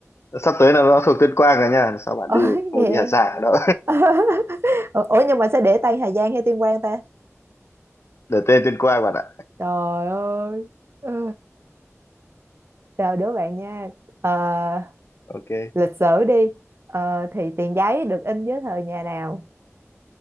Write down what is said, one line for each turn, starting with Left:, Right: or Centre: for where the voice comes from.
Left: sắp tới là nó thuộc Tuyên Quang rồi nha sao bạn
Right: Ôi
Left: đi không
Right: nghe.
Left: phải đi Hà Giang đâu
Right: <laughs> Ủa ủa, nhưng mà sẽ để tay Hà Giang hay Tuyên Quang ta?
Left: <laughs> để tên Tuyên Quang bạn ạ
Right: Trời ơi. Ừ. Chào đứa bạn nha. Ờ,
Left: ok
Right: lịch sử đi ờ, thì tiền giấy được in dưới thời nhà nào